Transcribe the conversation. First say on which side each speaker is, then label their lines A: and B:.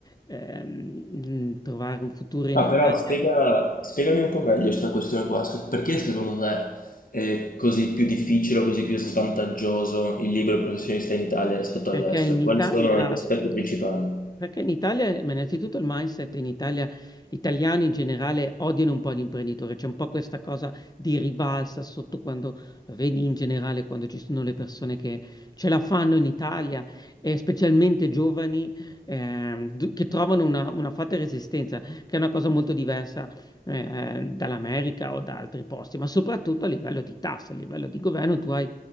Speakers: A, on the left (about 25°); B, on the left (about 60°).
A: ehm, mh, trovare un futuro in
B: Ah,
A: Italia,
B: però spiega- spiegami un po' meglio questa questione qua, se- perché secondo te è così più difficile o così più svantaggioso il libero professionista in Italia rispetto
A: perché
B: all'estero?
A: in Italia
B: Quali sono gli aspetti principali?
A: Perché in Italia, ma innanzitutto il mindset in Italia, gli italiani in generale odiano un po' l'imprenditore, c'è un po' questa cosa di rivalsa sotto quando lo vedi in generale, quando ci sono le persone che ce la fanno in Italia, e specialmente giovani ehm, d- che trovano una, una forte resistenza, che è una cosa molto diversa eh, dall'America o da altri posti, ma soprattutto a livello di tasse, a livello di governo, tu hai